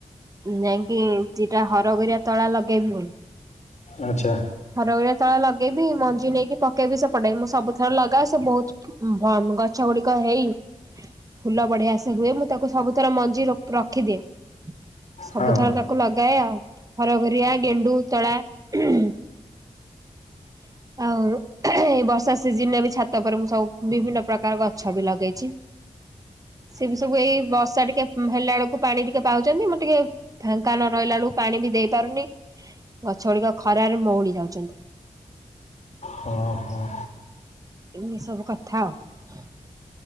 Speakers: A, on the right (about 25°); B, on the left (about 65°).
A: ନାଇ ଦିଟା ହରଗଉରିଆ ତଳା ଲଗେଇବି ବୋଲି
B: ଆଚ୍ଛା
A: ରହିରା ତଳ ଲଗେଇବି ମଞ୍ଜି ନେଇକି ପକେଇବି ରୋଇର ତଳ ଲଗେଇବି ମଞ୍ଜି ନେଇ ପକେଇବି ସେପଟେ ମୁଁ ସବୁଥର ଲଗାଏ ସେ ବହୁତ ଗଛ ଗୁଡିକ ହେଇ ଫୁଲ ବଢିଆ ସେ ହୁଏ ମୁଁ ତାକୁ ସବୁଥର ମଞ୍ଜି ରଖିଦିଏ ସବୁଥର
B: ହଁ
A: ତାକୁ ଲଗାଏ ଆଉ । ହରଘରିଆ, ଗେଣ୍ଡୁ, ତଳା ଆଉ ଏଇ ବର୍ଷା ସି ଯାଉଛନ୍ତି।
B: ହଁ ହଁ।
A: ଏମିତି ସବୁ କଥା ଆଉ।